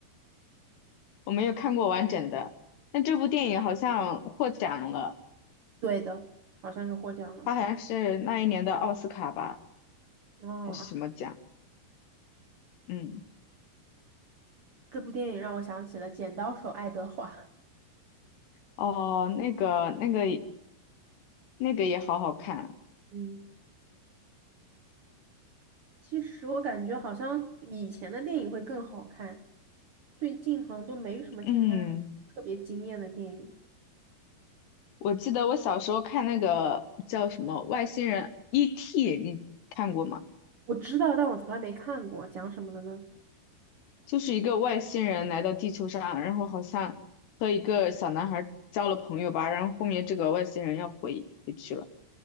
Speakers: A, on the left (about 75°); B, on the right (about 85°).
A: <laughs> 我没有看过完整的。但这部电影好像获奖了，
B: 对的，好像是获奖了。
A: 它好像是那一年的奥斯卡吧，
B: 挺哦啊，
A: 还是什么奖？嗯，
B: 这部电影让我想起了《剪刀手爱德华》。
A: 哦，那个那个也那个也好好看。
B: 嗯，其实我感觉好像以前的电影会更好看，最近好像都没什么惊艳，
A: 嗯，
B: 特别惊艳的电影。
A: 我记得我小时候看那个叫什么外星人 E.T.，你看过吗？
B: 我知道，但我从来没看过，讲什么的呢？
A: 就是一个外星人来到地球上，然后好像和一个小男孩交了朋友吧，然后后面这个外星人要回回去了，